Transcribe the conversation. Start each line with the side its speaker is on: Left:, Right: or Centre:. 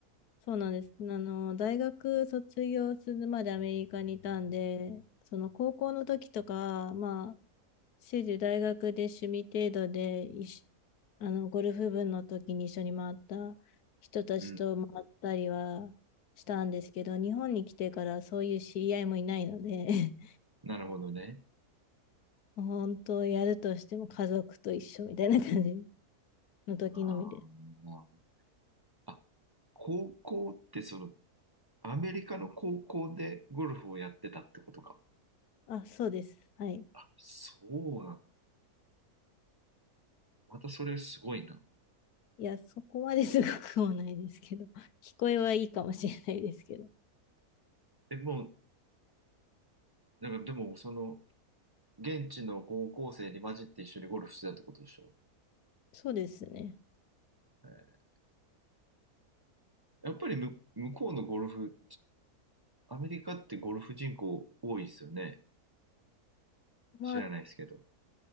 Left: そうなんです。あの、大学卒業するまでアメリカにいたんで、その高校の時とか、まあ、主時大学で趣味程度で一緒、あの、ゴルフ部の時に一緒に回った人たちと回ったりはしたんですけど、
Right: うん。
Left: 日本に来てからそういう知り合いもいないので、
Right: なるほどね。
Left: <laughs> 本当やるとしても家族と一緒みたいな感じの時のみです。
Right: あーあ、高校ってその、アメリカの高校でゴルフをやってたってことか。
Left: あ、そうです。はい。
Right: あ、そうなんだまたそれすごいな。
Left: いや、そこまですごくもないですけど、<laughs> 聞こえはいいかもしれないですけど。
Right: え、もう、なんかでも、その、現地の高校生に混じって一緒にゴルフしてたってことでしょ。
Left: そうですね。
Right: えーやっぱりむ、向こうのゴルフ、アメリカってゴルフ人口多いですよね。
Left: まあ、
Right: 知らないですけど。